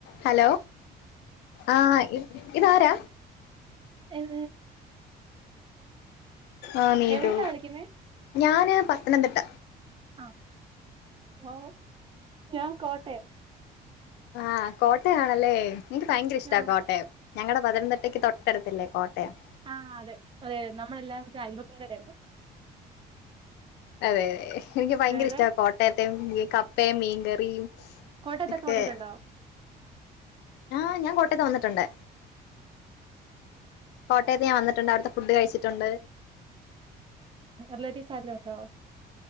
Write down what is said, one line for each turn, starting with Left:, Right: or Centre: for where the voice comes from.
Left: Hello ആഹ് ഇതാരാ
Right: ഉം
Left: ആഹ് നീതു
Right: എവിടുന്നാ വിളിക്കുന്നേ
Left: ഞാന് പത്തനന്തിട്ട
Right: ആഹ് ഓഹ് ഞാൻ കോട്ടയം
Left: ആഹ് കോട്ടയാണല്ലേ ഇൻക്ക് ഭയ്ങ്ക്ര ഇഷ്ടാ
Right: ആഹ്
Left: കോട്ടയം ഞങ്ങടെ പതനംതിട്ടക്ക് തൊട്ടട്ത്തല്ലേ കോട്ടയം
Right: ആഹ് അതെ അതെ നമ്മളെല്ലാം ഒരയൽ വക്കം കാരാണ്
Left: അതെ എനിക്ക് ഭയ്ങ്ക്ര
Right: വേറെ
Left: ഇഷ്ട കോട്ടയത്തെ കപ്പേം മീങ്കറിം
Right: കോട്ടയത്തൊക്കെ
Left: ക്കെ
Right: വന്നിട്ടുണ്ടോ
Left: ആഹ് ഞാൻ കോട്ടയത്ത് വന്നിട്ടൊണ്ട് കോട്ടയത്ത് ഞാൻ വന്നിട്ടൊണ്ട് അവിട്ത്തെ ഫുഡ് കഴിച്ചിട്ടൊണ്ട്
Right: റിലേറ്റീവ്സ് ആരേലുണ്ടോ